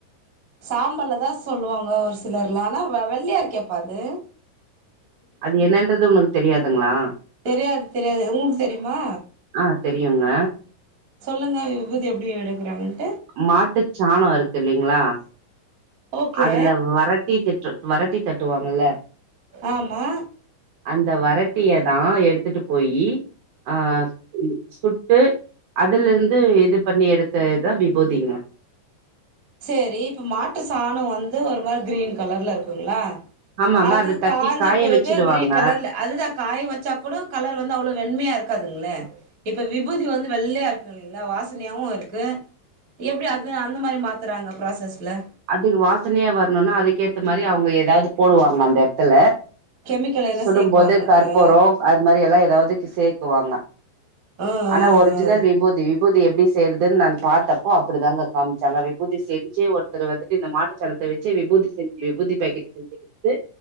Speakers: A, on the right; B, on the right.
A: சாம்பால தான் சொல்லுவாங்க ஒரு சிலர்ல ஆனா வெள்ளையாரு கேடப்பது
B: அது என்னன்றது உனக்கு தெரியாது ங்களா
A: தெரியாது தெரியாது உங்களுக்கு தெரியுமா
B: ஆ தெரியுங்க
A: சொல்லுங்க விபுதி எப்டி எடுக்குறாங்கன்னு
B: மாட்டுச்சாணம் இருக்கு இல்லைங்களா
A: ஓகே
B: அதுல வரட்டி தட் வரட்டி தட்டுவாங்கல்ல
A: ஆமா
B: அந்த வரட்டிய நா எடுத்துட்டு போயி ஆ சுட்- எப் அதுல இருந்து இது பண்ணி எடுத்து தா விபுதிங்க
A: செரி இப்ப மாட்டு சாணம் வந்து ஒரு மாரி கிரீன் கலர்ல இருக்குங்களா
B: ஆமாங்க
A: அது
B: அத தட்டி
A: காஞ்ச
B: காய
A: பிறகு
B: வச்சிடுவாங்க
A: கிரீன் கலர்ல அது தா காய வெச்சா கூட கலர் வந்து அவ்வளோ வென்மையா இருக்காதுளா இப்ப விபூதி வந்து வெள்ளையா இருக்கு இல்லைங்களா வாசனையாவு இருக்கு எப்டி அது அந்த மாதிரி மா அங்க ப்ராசஸ்லா
B: அதுக்கு வாசனையா வரணுனா அதுக்கேத்த மாரி அவுங்க எதாது போடுவாங்க அந்த எடத்துல
A: கெமிக்கல் எல்லா
B: சுடும்போது
A: சேக்குவாங்க
B: கற்பூரம்
A: ஆ
B: அது மாரி எல்லா ஏ அதாவதுக்கு சேக்குவாங்க
A: ஆ
B: ஆனா
A: ஆ ஆ
B: ஒரிஜினல் விபூதி விபூதி எப்டி செய்றது நா பாத்தப்போ அப்படி தாங்க காம்ச்சாங்க விபூதி செஞ்சு ஒத் ஒத்தரு வந்துட்டு இந்த மாட்டு சாணத்தை வெச்சி விபூதி செஞ்சு விபூதி பாக்கெட் செஞ்சி வித்து